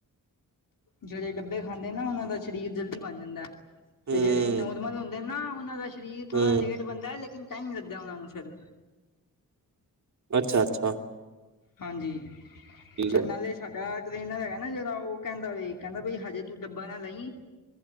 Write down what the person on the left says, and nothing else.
ਜਿਹੜੇ ਡੱਬੇ ਖਾਂਦੇ ਨਾ ਉਹਨਾਂ ਦਾ ਸਰੀਰ ਜਲਦੀ ਬਣ ਜਾਂਦੈ।
ਤੇ ਜਿਹੜੇ ਨੋਰਮਲ ਹੁੰਦੇਨ ਨਾ, ਉਹਨਾਂ ਦਾ ਸਰੀਰ ਥੋੜ੍ਹਾ
ਲੇ ਬੰਦਾ ਲੇਕਿਨ ਟਾਈਮ ਲੱਗਦਾ ਉਹਨਾ ਨੂੰ ਫਿਰ।
ਹਾਂਜੀ, ਅੱਛਾ
ਨਾਲੇ ਸਾਡਾ ਟ੍ਰਰੇਨਰ ਹੈਗਾ ਨਾ ਜਿਹੜਾ ਉਹ ਕਹਿੰਦਾ ਵੇ ਕਹਿੰਦਾ ਬਈ ਹਜੇ ਤੂੰ ਡੱਬਾ ਨਾ ਲਈਂ